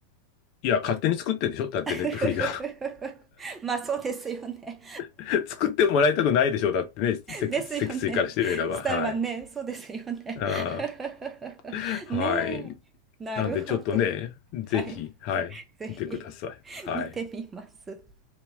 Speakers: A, on the left; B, on the right.
A: いや、勝手に作ってんでしょだってネットフリが
B: <laughs> まあ、そうですよね。
A: <laughs> 作ってもらいたくないでしょだってね、積、
B: ですよね。
A: 積水からしてみれば。
B: スタルマンね、
A: はい。
B: そうですよね。
A: あ
B: <laughs>
A: ーはい。
B: ねえ。なるほど。
A: なんでちょっとね、ぜひ、
B: はい。
A: はい、
B: ぜひ、
A: 見てください。はい。
B: 見てみます。